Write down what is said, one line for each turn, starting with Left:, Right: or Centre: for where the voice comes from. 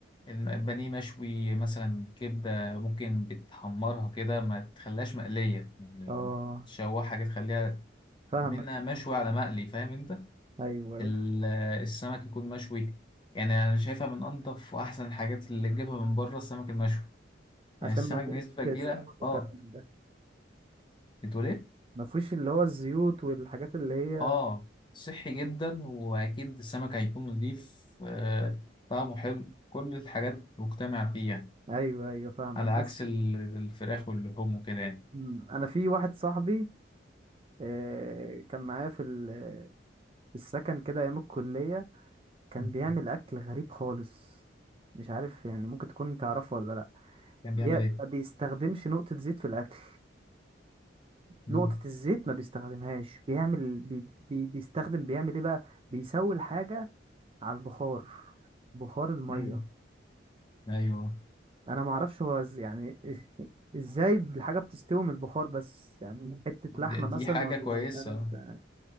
Left: البانيه مشوي مثلا كبده ممكن بتحمرها كده ما تخليهاش مقليه يعني
Right: اه
Left: تشوحها كده تخليها
Right: فاهمك
Left: منها مشوي على مقلي فاهم انت
Right: ايوه ايوه
Left: ال- السمك يكون مشوي يعني انا شايفها من انضف واحسن الحاجات اللي تجيبها من بره السمك المشوي
Right: عشان
Left: يعني السمك
Right: ما فيش
Left: بنسبه كبيره
Right: زيوت وكلام
Left: اه
Right: من ده
Left: بتقول إيه؟
Right: ما فيش اللي هو الزيوت والحاجات اللي هي
Left: اه صحي جدا واكيد السمك هيكون نضيف آه طعمه حلو كل الحاجات مجتمع فيها
Right: ايوه ايوه فاهمك
Left: على
Right: بس
Left: عكس ال- الفراخ واللحوم وكده يعني
Right: مم. انا في واحد صاحبي آه، كان معايا في ال- في السكن كده ايام الكلية كان
Left: مم.
Right: بيعمل اكل غريب خالص مش عارف يعني ممكن تكون تعرفه ولا لا
Left: كان بيعمل
Right: يا-
Left: ايه
Right: ما بيستخدمش نقطة زيت في الاكل
Left: مم.
Right: نقطة الزيت ما بيستخدمهاش بيعمل بي بي بيستخدم بيعمل ايه بقى بيسوي الحاجة على البخار بخار المية
Left: مم. ايوه
Right: انا ما اعرفش هو إز- يعني إيه- ازاي الحاجة بتستوي من البخار بس يعني حتة
Left: دي
Right: لحمة
Left: دي
Right: مثلا
Left: حاجة
Right: ولا
Left: كويسة
Right: مش عارف